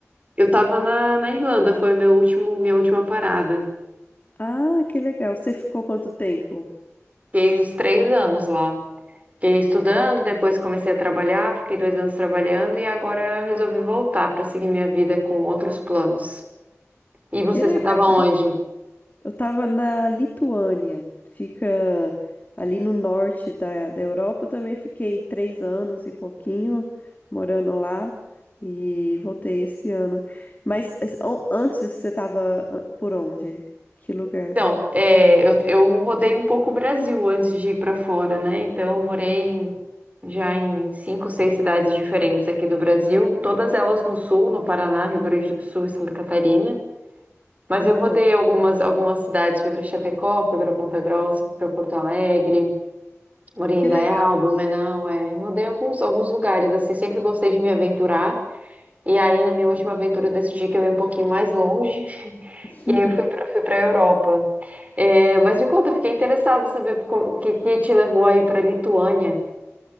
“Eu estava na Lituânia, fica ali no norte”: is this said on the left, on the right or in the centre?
Left